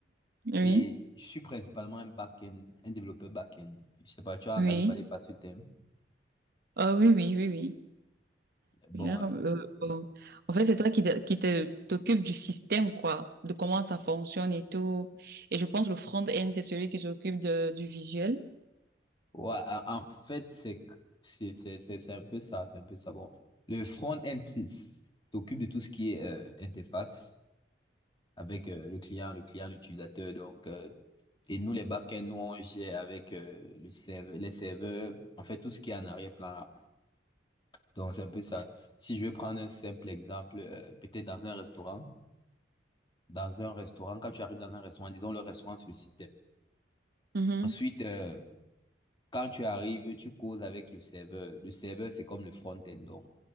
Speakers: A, on the right; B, on the left.
A: Oui,
B: Et je suis principalement un back-end, un développeur back-end. Je sais pas, tu as
A: oui.
B: entendu parler par ce thème.
A: Ah oui, oui, oui, oui.
B: Bon,
A: Je- euh,
B: euh,
A: euh, en fait, c'est toi qui, te- qui te, t'occupes du système, quoi, de comment ça fonctionne et tout. Et je pense que le front-end, c'est celui qui s'occupe de, du visuel.
B: ouais, en en fait, c'est c'est c'est c'est c'est un peu ça, c'est un peu ça. Bon, le front-end c'est- s'occupe de tout ce qui est euh, interface avec euh, le client, le client, l'utilisateur. Donc, euh, et nous les back-end, nous on gère avec euh, le serveur, les serveurs, en fait tout ce qui est en arrière-plan là. Donc c'est un peu ça. Si je vais prendre un simple exemple, euh, peut-être dans un restaurant. dans un restaurant, quand tu arrives dans un restaurant, disons le restaurant, c'est le système.
A: Mhm.
B: Ensuite, euh, quand tu arrives, tu causes avec le serveur. Le serveur, c'est comme le front-end, donc